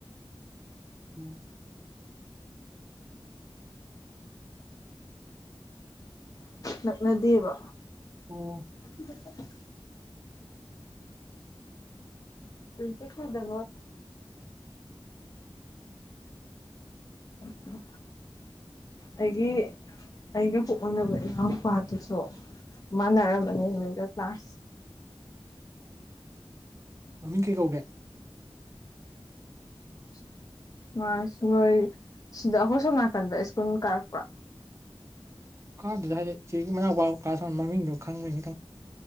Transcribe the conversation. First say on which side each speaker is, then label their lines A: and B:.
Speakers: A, on the right; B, on the left.
A: ꯎꯝ
B: ꯅꯛꯅꯗꯦꯕ
A: ꯑꯣ
B: ꯊ ꯐꯔ ꯇꯗꯣꯏꯦ ꯁꯛꯇ ꯊꯀꯦ ꯑꯩꯒꯤ ꯑꯩꯒ ꯄꯨꯣꯛꯃꯤꯅꯕ ꯏꯃꯎ ꯏꯄꯥꯗꯨꯁꯨ ꯃꯥꯅꯔꯝꯕꯅꯤꯣ ꯀ꯭ꯂꯥꯁ
A: <inaudible> ꯃꯃꯤꯡ ꯀꯩ ꯀꯧꯒꯦ
B: <inaudible> ꯑꯁ ꯅꯣꯏ ꯁꯤꯗ ꯑꯍꯣꯏ ꯁꯣꯝ ꯅꯥꯀꯟꯗ ꯁ꯭ꯀꯨꯜ ꯀꯥꯔꯛꯄ꯭ꯔ
A: ꯀꯥꯔꯨꯗ ꯍꯥꯏꯗꯤ ꯆꯦꯒꯤ ꯃꯅꯥꯎꯄꯥ ꯀ ꯀ꯭ꯂꯥꯁ ꯃꯡꯣ ꯈꯪꯕꯅꯤ